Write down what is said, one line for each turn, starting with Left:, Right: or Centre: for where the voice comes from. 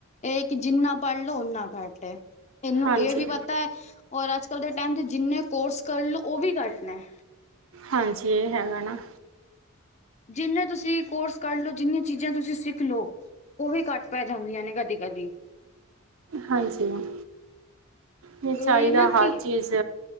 Left: ਇਹ ਕਿ ਜਿੰਨਾ ਪੜ ਲਉ ਓਨਾ ਘੱਟ ਐ। ਇਹਨੂੰ
Right: ਹਾਂਜੀ
Left: ਇਹ ਵੀ ਪਤਾ ਹੈ ਔਰ ਅੱਜ ਕੱਲ੍ਹ ਦੇ ਟਾਈਮ ਤੇ ਜਿੰਨੇ ਕੋਰਸ ਕਰ ਲਓ ਉਹ ਵੀ ਘੱਟ ਨੇ।
Right: ਹਾਂਜੀ ਇਹ ਹੈਗਾ ਨਾ।
Left: ਜਿੰਨੇ ਤੁਸੀਂ ਕੋਰਸ ਕਰ ਲਓ ਜਿੰਨੀ ਚੀਜ਼ਾਂ ਤੁਸੀਂ ਸਿੱਖ ਲਓ ਉਹ ਵੀ ਘੱਟ ਪੈ ਜਾਂਦੀਆਂ ਨੇ ਕਦੀ ਕਦੀ
Right: ਹਾਂਜੀ ਮੈਮ ਨਹੀਂ
Left: ਤੇ
Right: ਚਾਹੀਦਾ
Left: ਇਹ ਨਾ
Right: ਹਰ
Left: ਕਿ
Right: ਚੀਜ਼